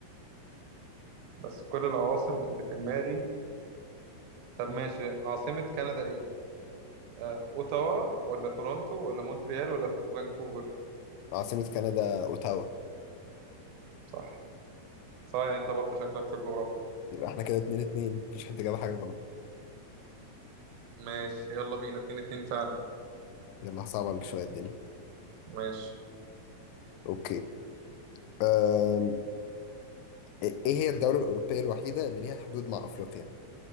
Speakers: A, on the right; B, on the left.
A: بس كل العواصم اللي في دماغي طب ماشي عاصمة كندا إيه آه أوتاوا ولا تورونتو ولا مونتريال ولا فانكوفر
B: عاصمة كندا أوتاوا
A: صح صحيح أنت برضو شكلك في الجغرافيا
B: يبقى احنا كده اتنين اتنين مفيش حد جاب حاجة غلط
A: ماشي يلا بينا اتنين اتنين فعلا
B: يلا هصعب عليك شوية الدنيا
A: ماشي
B: أوكي أم... ايه هي الدولة الأوروبية الوحيدة اللي ليها حدود مع أفريقيا؟